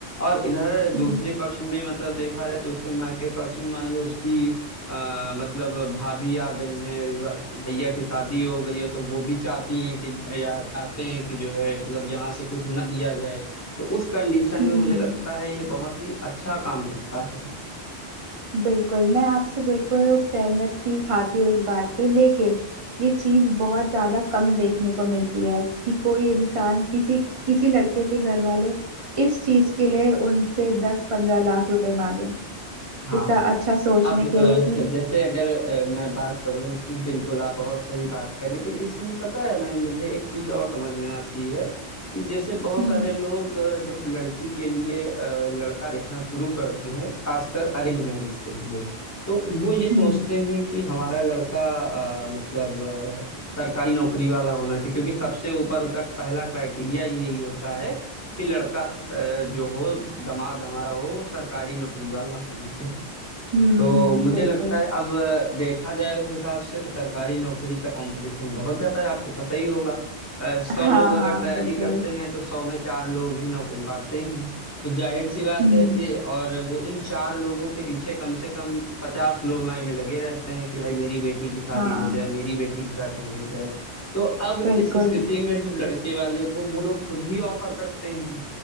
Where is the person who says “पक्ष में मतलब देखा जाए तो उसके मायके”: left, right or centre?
Left